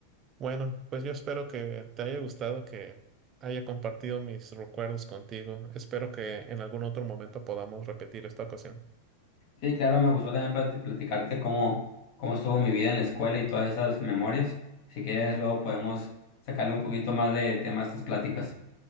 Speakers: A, on the right; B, on the left.
A: Bueno, pues yo espero que te haya gustado, que haya compartido mis recuerdos contigo. Espero que en algún otro momento podamos repetir esta ocasión.
B: Sí, claro, me gustó también plati- platicarte cómo, cómo estuvo mi vida en la escuela y todas esas memorias. Si quieres, luego podemos sacarle un poquito más de tema a estas pláticas.